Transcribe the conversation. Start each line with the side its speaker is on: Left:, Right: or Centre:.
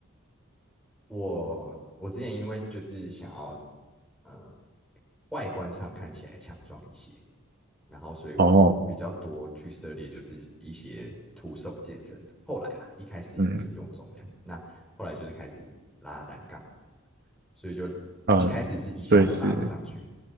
Centre: 我我之前因为就是想要呃外观上看起来强壮一些，然后所以我比较多去涉猎就是一些徒手健身的。
Right: 哦，
Centre: 后来啦，一开始也是有用重量，
Right: 嗯
Centre: 那后来就是开始拉单杠，所以就一开始是一下都拉不上去，
Right: 嗯，呃所以是